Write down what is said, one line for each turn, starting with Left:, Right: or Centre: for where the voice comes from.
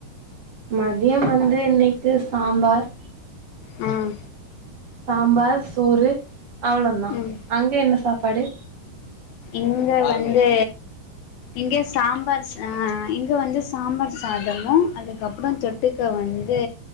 Right: மதியம் வந்து இன்னிக்கு சாம்பார்
Left: ம்
Right: சாம்பார் சோறு அவ்ளோதா
Left: ம்
Right: அங்க என்ன சாப் பாடு
Left: இங்க வந்து இங்க சாம்பார் அஹ் இங்க வந்து சாம்பார் சாதமோ அதுக்கப்புறோ தொட்டுக்க வந்து